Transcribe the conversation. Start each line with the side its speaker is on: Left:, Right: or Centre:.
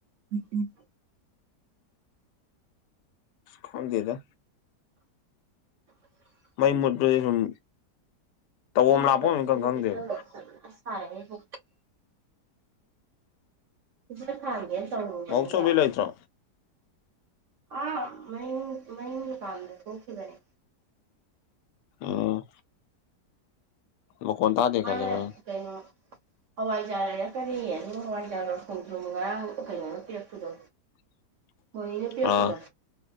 Right: ꯎꯝ
Left: ꯈꯪꯗꯦꯗ ꯃꯩ ꯃꯨꯠꯄꯥꯖꯦ ꯁꯨꯝ ꯇꯧꯐꯝ
Right: ꯃꯩ ꯃꯨꯠꯄꯥꯖꯤꯗ
Left: ꯂꯥꯛꯐꯝ ꯑꯃ ꯏꯈꯪ ꯈꯪꯗꯦꯕ
Right: ꯀꯦꯟꯗꯜꯒꯥꯖꯦ ꯁꯥꯕꯅꯠ ꯁꯥꯏꯍꯦ ꯏꯕꯣ ꯀꯦꯟꯗꯜ ꯊꯟꯒꯦ ꯇꯧꯔꯨꯕꯅꯦ
Left: ꯃꯧꯆꯧꯕꯤ
Right: ꯌꯥꯗꯦ
Left: ꯂꯩꯇ꯭ꯔꯣ
Right: ꯑꯥ ꯃꯌꯨꯝ ꯃꯌꯨꯝꯒꯤ ꯃꯄꯥꯟꯗꯥ ꯊꯣꯛꯈꯤꯕꯅꯦ
Left: ꯑꯣ ꯃꯈꯣꯟ ꯇꯥꯗꯦ
Right: ꯃꯥꯅ
Left: ꯈꯜꯂꯦꯕ
Right: ꯀꯩꯅꯣ ꯍꯋꯥꯏꯖꯥꯔ ꯂꯩꯔꯛꯀꯅꯤꯌꯦ ꯅꯨꯡ ꯍꯋꯥꯏꯖꯥꯔ ꯂꯣꯟꯊꯣꯛꯇꯔꯣ ꯉꯔꯥꯡ ꯀꯩꯅꯣꯅꯥ ꯄꯤꯔꯛꯄꯗꯣ
Left: <inaudible>
Right: ꯊꯣꯏꯅꯥ ꯄꯤꯔꯛꯄꯗꯣ
Left: ꯑꯥ